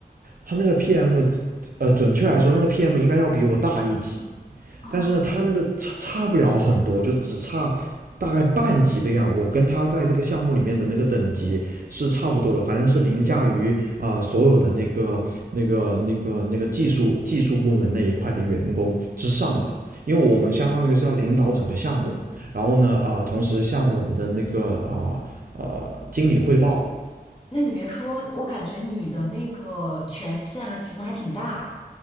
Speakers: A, on the right; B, on the left.
A: 他那个 PM，呃，准确来说，那个 PM 应该要比我大一级，
B: 哦，
A: 但是呢，他那个差差不了很多，就只差大概半级这样。我跟他在这个项目里面的那个等级是差不多了，反正是凌驾于啊、呃所有的那个那个那个那个技术技术部门那一块的员工之上的，因为我们相当于是要领导整个项目，然后呢，啊、呃同时向我们的那个啊呃呃经理汇报。
B: 哎那你别说，我感觉你的那个权限还职能还挺大。